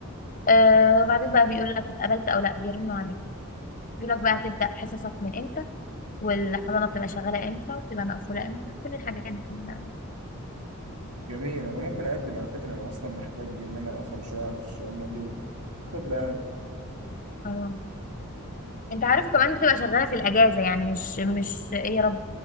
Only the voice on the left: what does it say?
آه وبعدين بقى بيقول لك اتقبلت او لا بيرنوا عليك بيقول لك بقى هتبدا حصصك من امتى والحضانه بتبقى شغاله امتى وبتبقى مقفوله امتى كل الحاجات دي بقى.
اه انت عارف كمان بتبقى شغاله في الاجازه يعني مش مش ايه يا رب